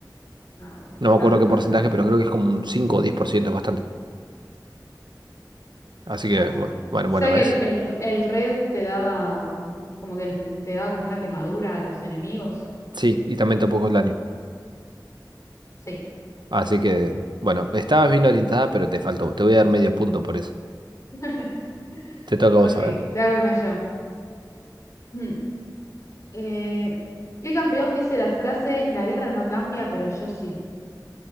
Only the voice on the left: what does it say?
Ah, bueno,
no,
no
lo sabía.
No lo
sabía.
Sé
que el, el, el red te daba mm, como que el- te daba como una quemadura a los enemigos.
Sí,
bueno.
<laughs>
Ok,
te hago una yo. Mm. Eh, ¿qué campeón dice la frase La guerra no cambia, pero yo sí?